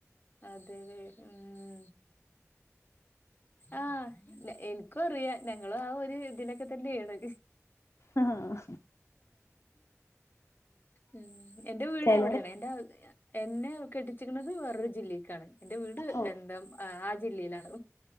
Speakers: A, on the left (about 40°); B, on the left (about 60°).
A: അതേലേ ഉം ആഹ് എൻ ക്കുംഅറിയാം ഞങ്ങളും ആ ഒരു ഇതിലൊക്കെ തന്നെയാണ്.
B: ആഹ്
A: ഉം എന്റെ വീട്
B: ചിലർ
A: അവിടെയാണ് എന്റെ എന്നെ കെട്ടിച്ചിക്കണത് വേറൊരു ജില്ലക്കാണ് എൻറെ വീട്
B: ഓ
A: എന്താ ആ ജില്ലയിലാണ്.